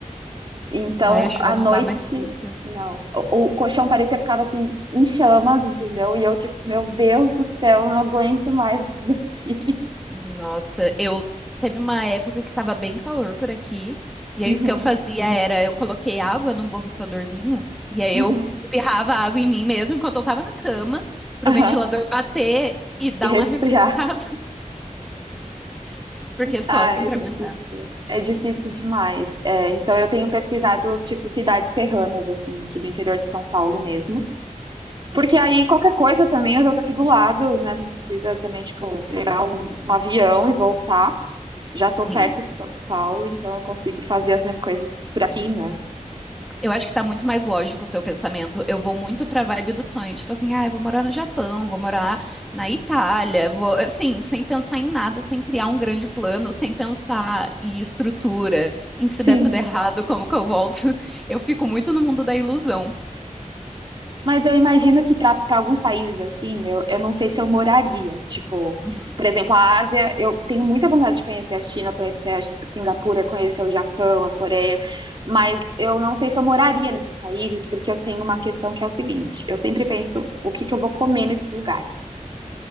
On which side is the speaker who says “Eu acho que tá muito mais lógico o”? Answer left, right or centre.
Centre